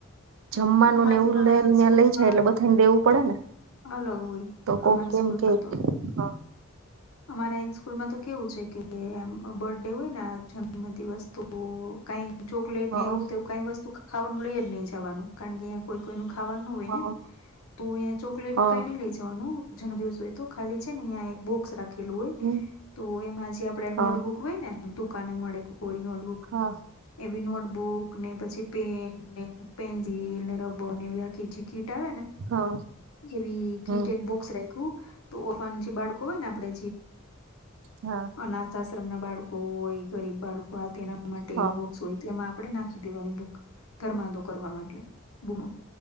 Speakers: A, on the left; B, on the right.
A: હ
B: જમવાનું
A: અમારે
B: ને એવું
A: તો પણ અહીંયા
B: લય
A: સ્કૂલમાં
B: લઈ જાય એટલે બધાને દેવું પડે ને
A: અલગ હોય
B: તો કોક
A: અમારી
B: કેમ
A: સ્કૂલમાં
B: કેય
A: તો
B: હ
A: અમારે સ્કૂલમાં તો કેવું છે કે આમ બર્થ ડે હોય ને જન્મ દિવસ તો કઈ ચોકલેટ
B: હા
A: ને એવું તો કઈ વસ્તુ ખાવાનું લઈ જ નહી જવાનું. કારણ કે કોઈ કોઈ નુ ખાવાનું નો હોય
B: હા
A: ને. તો અહીંયા ચોકલેટ
B: હા
A: નું કઈ નઈ લઈ જવાનું. જન્મ દિવસ હોય તો ખાલી છે ને અયા એક બોક્સ રાખે રાખેલું હોય
B: હમ
A: તો એમાં જે આપડે
B: હા
A: નોટબુક હોય ને દુકાને મળે કોરી નોટબુક
B: હા
A: એવી નોટબુક ને પછી, પેન ને, પેન્સિલ ને, રબર ને એવી આ જે કીટ આવે ને
B: હા
A: એવી કીટક
B: હમ
A: એક બોક્સ રાખ્યું. તો ઓન જે બાળકો હોય ને આપડે
B: હા
A: અનાથ આશ્રમ ના બાળકો હોય, ગરીબ બાળકો તેના માટે
B: હા
A: એવું બોક્સ હોય તો એમાં આપણે નાખી દેવાની બુક ધરમાદો કરવાનો એટલે. બુનો